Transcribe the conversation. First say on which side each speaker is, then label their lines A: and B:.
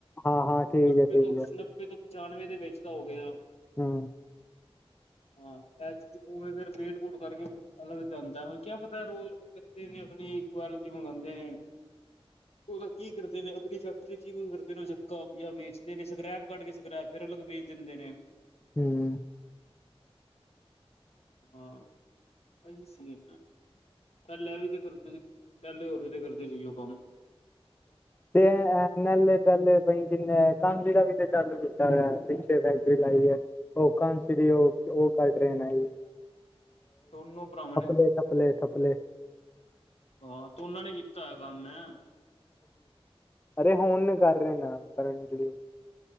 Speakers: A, on the left (about 20°); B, on the left (about 80°).
A: ਹਾਂ-ਹਾਂ ਠੀਕ
B: ਨੱਬੇ
A: ਹੈ ਠੀਕ
B: ਤੋਂ
A: ਹੈ
B: ਨੱਬੇ ਤੋਂ ਪਚਾਨਵੇਂ ਦੇ ਵਿੱਚ ਤਾਂ ਹੋ ਗਿਆ।
A: ਹੂੰ,
B: ਹਾਂ ਐਚਪ ਫਿਰ ਵੇ, ਟ ਕਰਕੇ ਅਲੱਗ ਜਾਂਦਾ ਹੈ ਕਿਆ ਪਤਾ ਰੋਲ ਕਰਦੇ ਨੇ ਆਪਣੀਲ ਮੰਗਵਾਦੇ ਨੇ, ਉਹਦਾ ਕੀ ਕਰਦੇ ਨੇ ਆਪਣੀ ਫੈਕਟਰੀ ਚ ਯੂਜ ਕਰਦੇ ਨੇ ਚੱਕਾ ਜਾਂ ਵੇਚਦੇ ਨੇ ਸਕੈਪ ਕੱਢ ਕੇ ਸਕ੍ਰੈਪ ਫੇਰ ਅਲਗ ਬੀਜ ਦਿੰਦੇ ਨੇ
A: ਹੂੰ
B: ਹਾਂ ਆਹੀ ਸੀਨ ਹੈ, ਪਹਿਲ ਵੀ ਤੇ ਕਰਦੇ ਸੀ ਪਹਿਲੇ ਹੋਰ ਵੀ ਤੇ ਕਰਦੇ ਸੀ ਉਹ ਕੰਮ
A: ਤੇ ਨਲ ਦੱਲ ਬਈ ਗੀਨ ਕਾਣ ਗਿੜ ਵੀ ਦੇ ਚਾਲ ਕਿਤਾ ਹੋਇਆ, ਫੈਕਟਰੀ ਲਾਈ ਹੈ ਉਹ ਕਾਂ ਸੀ ਦੀ ਉਹ-ਉਹ ਟਰੇਨ ਆਈ
B: ਦੋਨੋ ਭਰਾਵਾਂ
A: ਥਪਲੇ-ਥਪਲੇ-ਥਪਲੇ
B: ਨੇ ਹਾਂ ਦੋਨਾਂ ਨੇ ਕੀਤਾ। ਹੈ ਕੰਮ ਮੈਂ,
A: ਅਰੇ ਹੁਣ ਕਰ ਰਹੇ ਨਾ ਕਰਾਟਲੀ